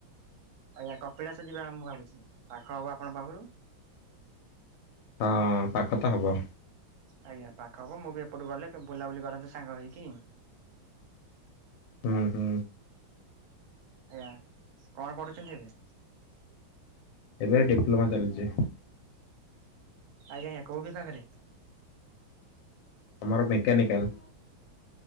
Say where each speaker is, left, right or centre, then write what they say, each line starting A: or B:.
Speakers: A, on the right; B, on the left.
A: ଆଜ୍ଞା। କପିଳାସ ଯିବା ମୁଁ ଭାବୁଚି। ପାଖ ହବ ଆପଣଙ୍କ ପାଖରୁ।
B: ହଁ ପାଖ ତ ହବ।
A: ଆଜ୍ଞ। ପାଖ ହବ ମୁଁ ବି ଏପଟୁ ଗଲେ ବୁଲାବୁଲି କରନ୍ତେ ସାଙ୍ଗ ହେଇକି।
B: ହୁଁ ହୁଁ।
A: ଆଜ୍ଞା। କଣ ପଢୁଛନ୍ତି ଏବେ?
B: ଏବେ ଡିପ୍ଲୋମା ଚାଲିଚି।
A: ଆଜ୍ଞା ଆଜ୍ଞା। କୋଉ ବିଭାଗରେ?
B: ଆମର ମେକାନିକାଲ୍।